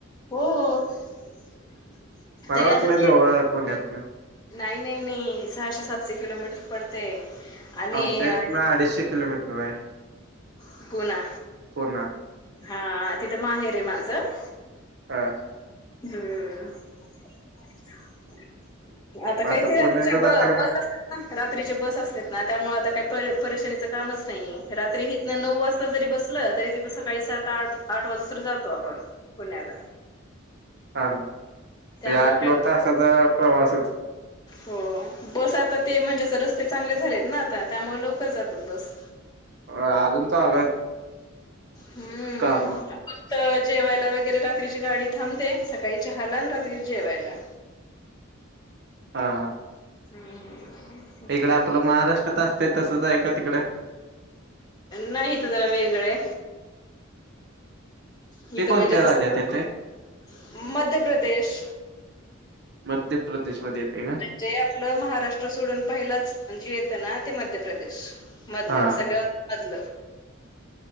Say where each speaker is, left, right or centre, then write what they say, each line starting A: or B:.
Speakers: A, on the left; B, on the right.
A: हो. <inaudible>
B: मला वाटलं
A: ते
B: जवळ आहे पुण्यातन.
A: नाही नाही नाही सहाशे-सातशे किलोमीटर पडते. आणि
B: आमच्या
A: अ,
B: इत ना अडीचशे किलोमीटर आहे.
A: <inaudible> पुणा.
B: पुणा.
A: हा तिथं माहेर आहे माझं.
B: हा.
A: हम्म <inaudible> आता
B: मग
A: काहीतच्या
B: पुण्याला जाता
A: ब
B: का नाही
A: बस रात्रीचे बस असते ना त्यामुळे आता काही परेशानीच कामच नाहीये रात्री ही नऊ वाजता जरी बसलं तरी तिथं सकाळी सात-आठ, आठ वाजे जातो आपण पुण्याला.
B: हा हा, म्हणजे
A: त्यामुळे
B: आठ-नऊ
A: काय वाटत
B: तासाचा प्रवासच.
A: हो. बस आता ते म्हणजे रस्ते चांगले झालेत ना आता त्यामुळे लवकर जातात बस.
B: अ अजून चालू आहेत.
A: हम्म,
B: काम
A: तिथ जेवायला वगैरे रात्रीची गाडी थांब दे सकाळी चहाला आणि रात्री जेवायला.
B: हा हा.
A: हम्.
B: इकडे आपलं महाराष्ट्रात असतय तसंच आहे का तिकडे?
A: नाही हित जरा वेगळं. <inaudible> मी
B: ते कोणत्या
A: म्हणजे जस
B: राज्यात
A: ना
B: येते
A: <inaudible> मध्य प्रदेश.
B: मध्य प्रदेशमध्ये येते का?
A: जे आपलं महाराष्ट्र सोडून पहिलाच जे येतं ना ते मध्य प्रदेश. मधलच
B: हा
A: सगळं मधलं.